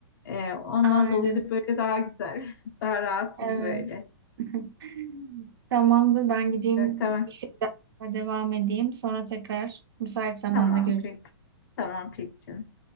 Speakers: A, on the left; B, on the right.
A: E, ondan
B: Aynen.
A: dolayı da böyle daha güzel, <laughs> daha rahatsız
B: Evet.
A: böyle.
B: <laughs> Tamamdır ben gideyim
A: E, tamam,
B: işe devam edeyim. Sonra tekrar müsait zamanda
A: tamam
B: görüşürüz.
A: peki, tamam peki canım.